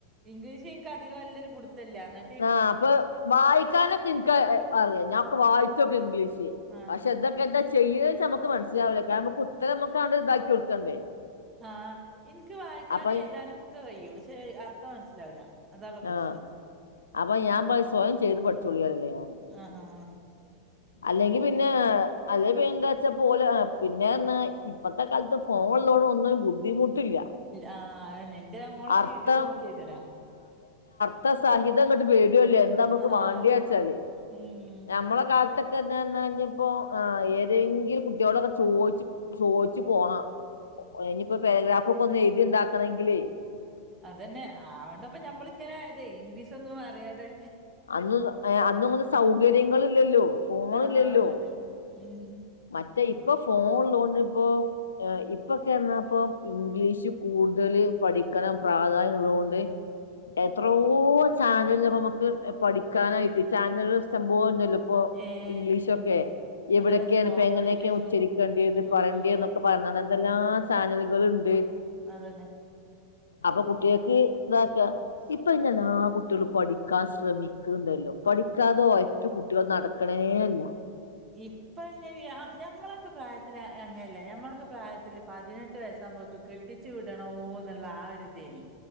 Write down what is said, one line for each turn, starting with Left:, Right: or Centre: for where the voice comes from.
Right: ഇംഗ്ലീഷ് എൻക്ക് അധികം വല്ലൃരു പിടുത്തില്ല എന്ന
Left: ആ അപ്പൊ വായിക്കാനൊക്കെ ഇൻ ക്ക് അറിയാ ഞാൻ ഒക്ക വായിച്ചോക്കീ ഇംഗ്ലീഷ്
Right: ആഹ്
Left: പക്ഷെ എന്തൊക്കെന്താ ചെയ്യേന്ന് വെച്ചാ നമ്മക്ക് മനസിലാവില്ല കാർണം നമുക്ക് ഉത്തരം നമക്കാണ്ട് ഇതാക്കി കൊടുക്കണ്ടേ
Right: ആഹ് എനിക്ക് വായിക്കാനും
Left: അപ്പൊ
Right: എഴുതാനൊക്കെ കയ്യും പക്ഷെ അർത്ഥം മനസ്സിലാവില്ല അതാള്ള പ്രശ്നം
Left: ആഹ് അപ്പൊ ഞാൻ പയും സ്വയം ചെയ്ത് പഠിച്ചോളീ പറയും ഞാന്
Right: ആഹാ
Left: അല്ലെങ്കി പിന്നെ അല്ലെ പിന്നേച്ച പോവല് പിന്നെന്നാ ഇപ്പത്തെ കാലത്ത് ഫോണ്ള്ളോണ്ട് ഒന്നിനും ബുദ്ധിമുട്ടില്ല
Right: ആഹ് അയെന്നെ എന്റെ മോളൊക്കെ
Left: അർത്ഥം
Right: യൂട്യൂബോക്കി എഴ്തല്ലെ
Left: പ്പ സഹിതം ഇങ്ങട്ട് വെരൂല്ലേ എന്താ നമക്ക്
Right: ആഹ്
Left: വാണ്ടിയ വെച്ചാല്
Right: ഉം
Left: ഞമ്മളെ കാല ക്കക്കെന്താ പർഞ്ഞാ ഇനി ഇപ്പോ ആ ഏതെങ്കിലും കുട്ടിയോടൊക്കെ ചോയ്ച്ച് ചോയ്ച്ച് പോണം ഇനിയിപ്പോ പാരഗ്രാഫൊക്കെ ഒന്ന് എഴുതി ഒണ്ടാക്കണെങ്കിലേ
Right: അതന്നെ ആവണ്ടപ്പോ ഞമ്മള് ഇങ്ങനെ ആയതെ ഇംഗ്ലീഷൊന്നും അറിയാതെ
Left: അന്നുത ആ അന്നൊന്നും സൗകര്യങ്ങളില്ലല്ലോ ഫോണില്ലല്ലോ
Right: ആഹ് അബ്ഡെ ഉം
Left: മറ്റേ ഇപ്പൊ ഫോഒള്ളോണ്ടിപ്പോ ഇപ്പ ക്കെന്നാപ്പൊ ഇംഗ്ലീഷ് കൂടുതല് പഠിക്കണം പ്രാധാന്യം ഉള്ളോണ്ട് എത്രോ ചാനല്ണ്ട് പ്പോ നമുക്ക് പഠിക്കാനായിട്ട് ചാനല്കള് ഇഷ്ട്ടംപോലിണ്ടല്ലോ പ്പോ
Right: ഏഹ്
Left: ഇംഗ്ലീഷൊക്കെ എവിടേക്കെയാണ്
Right: അതന്നെ സ്പോക്കൺ
Left: ഇപ്പോ എങ്ങനേക്കെയ
Right: ഇംഗ്ലീഷും
Left: ഉച്ചരിക്കേണ്ടത്
Right: ആഹ്
Left: പറയണ്ടേന്നൊക്കെ പറഞ്ഞത് എന്തെല്ലാം ചാനലുകള്ണ്ട്
Right: അതന്നെ
Left: അപ്പൊ കുട്ടിയൾക്ക് ഇതാക്ക ഇപ്പൊ പിന്നെല്ലാ കുട്ട- ട്ടിയള് പഠിക്കാൻ ശ്രമിക്ക്ണ്ടല്ലോ പഠിക്കാതെ ഒയപ്പി കുട്ടിയൾ നടക്കണേല്ല
Right: ഇപ്പഴ്ങ്ങനയ ഞമ്മളക്കെ പ്രായത്തില് അ അങ്ങല്ലേ ഞമ്മളൊക്കെ പ്രായത്തില് പതിനെട്ട് വയസ്സാവുംമ്പത്ത്ക്ക് കെട്ട് - ട്ടിച്ചു വിടണോന്നൊള്ള ആഹ് ഒരു ഇദേനി